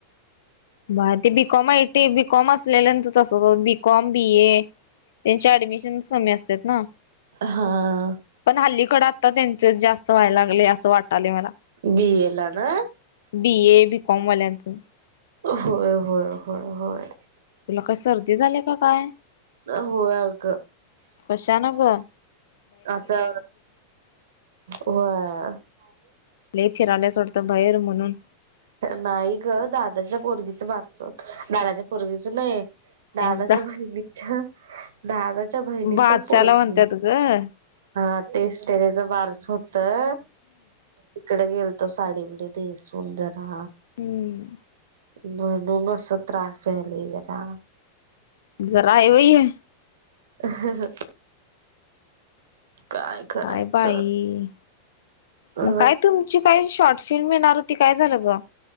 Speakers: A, on the left; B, on the right.
A: ब ते बीकॉमे बीकॉम असल्यांतर तसं ब कॉम बी ए त्यांच्या ऍडमिशनस कमी असतात ना.
B: हा
A: पण हल्लीकडे आत्ता त्यांचे जास्त व्हाय लागले असं वाटत. मला
B: बी ए ला ना
A: बी ए बीकॉम वाल्यांचं.
B: होय होय होय होय.
A: तुला काय सर्दी झाली का काय?
B: अ होग.
A: कशानक.
B: अच्छा ह. अ
A: लले फिरायल्यास वाटतं बाहेर म्हणून.
B: नाही ग दादाच्या पोरगीच मारचोत दादाच्या पोरगीच नाही. दादाच्या
A: एकदा
B: बहिणीच्या दादाच्या बहिणीच
A: बाच्याला
B: पोरणी.
A: म्हणतात ग हम्म
B: हा तेस टेनेचा वारस होत तर. इकडे गेल तो साडी बिडी सून जरा
A: हम्म
B: म्हनुन अस त्रास वायले जरा.
A: जरा आहे वही आहे.
B: हा ह. काय? करायचं
A: काय बाई
B: अ
A: मग काय तुमची? काही शॉर्ट फिल्म मिळणार होती काय झालं ग?